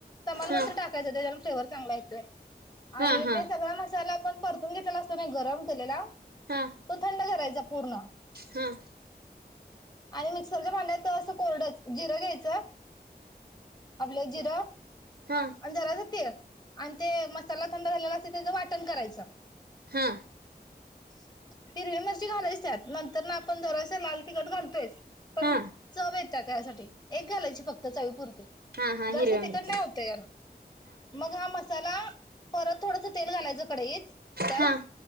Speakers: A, on the left; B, on the right.
A: तमाला
B: हा
A: मात्र टाकायचा त्याच्याला फ्लेवर चांगला येतोय आणि
B: हा हा हा
A: ते सगळा मसाला आपण परतून घेतलेला असतो नाही गरम केलेला
B: हा हा
A: त थंड करायच पूर्ण
B: हा
A: आणि मिक्सरच्या भांड्याच असं कोरडच जिरं घ्यायचं आपलं जिरं
B: हा
A: आणि जराचं तेल आणि ते मसाला थंड झालेला असे त्याच वाटण करायचं
B: हा
A: <unintelligible> हिरवी मिरची घालच त्यात नंतर ना आपण जरास लाल तिखट घालतोयच पण
B: हा हा
A: चव येतात त्यासाठी एक घालायची फक्त चवीपुरती
B: हा हा
A: जास्त
B: हिरव्या
A: तिकड
B: मिरच्या
A: नाही होत याला मग हा मसाला परत थोडस तेल घालायचं कढईत त्याच
B: हा